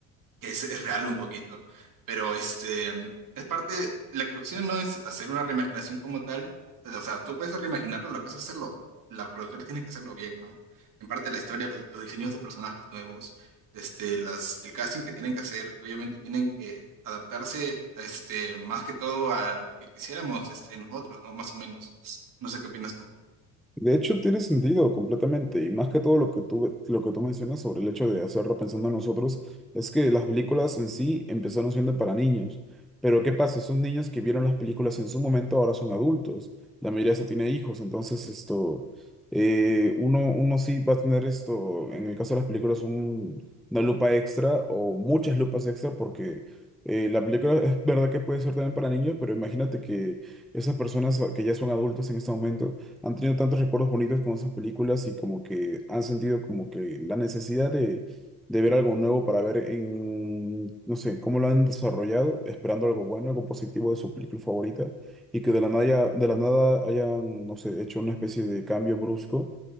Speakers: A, on the right (about 50°); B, in the centre.
A: que es, es real un poquito. Pero este, es parte, la cuestión no es hacer una reimaginación como tal, o sea, tú puedes reimaginarlo, la cosa es hacerlo, los productores tienen que hacerlo bien, ¿no? En parte la historia, los, los diseños de personajes nuevos, este, las, el casting que tienen que hacer, obviamente tienen que adaptarse a este, más que todo a lo que quisiéramos este, nosotros, ¿no? Más o menos. No sé qué opinas tú.
B: De hecho, tiene sentido completamente, y más que todo lo que tú, lo que tú mencionas sobre el hecho de hacerlo pensando en nosotros, es que las películas en sí empezaron siendo para niños, pero ¿qué pasa? Esos niños que vieron las películas en su momento ahora son adultos, la mayoría ya tiene hijos, entonces esto, eh, uno, uno sí va a tener esto, en el caso de las películas, un- una lupa extra o muchas lupas extra porque... eh, la película es verdad que puede ser también para niños, pero imagínate que esas personas que ya son adultas en este momento han tenido tantos recuerdos bonitos con esas películas y como que han sentido como que la necesidad de, de ver algo nuevo para ver en, no sé, cómo lo han desarrollado, esperando algo bueno, algo positivo de su película favorita y que de la nada, de la nada hayan, no sé, hecho una especie de cambio brusco